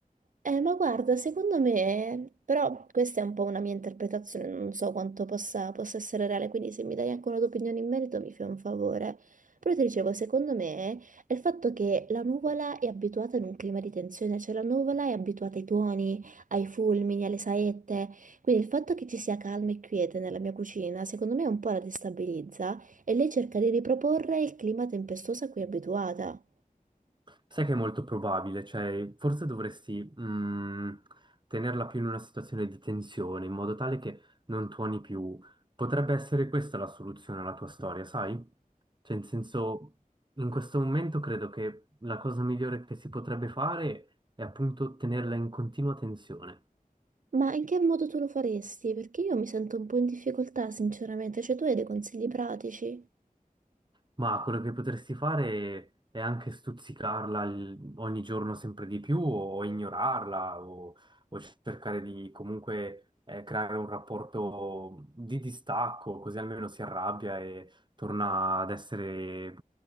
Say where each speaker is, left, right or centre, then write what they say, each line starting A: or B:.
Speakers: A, on the right (about 65°); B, on the right (about 30°).
A: Eh, ma guarda, secondo me, però questa è un po' una mia interpretazione, non so quanto possa, possa essere reale, quindi se mi dai anche una tua opinione in merito mi fai un favore. Però ti dicevo, secondo me è il fatto che la nuvola è abituata in un clima di tensione, cioè la nuvola è abituata ai tuoni, ai fulmini, alle saette, quindi il fatto che ci sia calma e quiete nella mia cucina, secondo me un po' la destabilizza e lei cerca di riproporre il clima tempestoso a cui è abituata.
B: Sai che è molto probabile, cioè forse dovresti mh, tenerla più in una situazione di tensione, in modo tale che non tuoni più. Potrebbe essere questa la soluzione alla tua storia, sai? Cioè, in senso, in questo momento credo che la cosa migliore che si potrebbe fare è appunto tenerla in continua tensione.
A: Ma in che modo tu lo faresti? Perché io mi sento un po' in difficoltà, sinceramente. Cioè, tu hai dei consigli pratici?
B: Ma quello che potresti fare è anche stuzzicarla il- ogni giorno sempre di più o ignorarla o, o cercare di comunque eh, creare un rapporto di distacco, così almeno si arrabbia e torna ad essere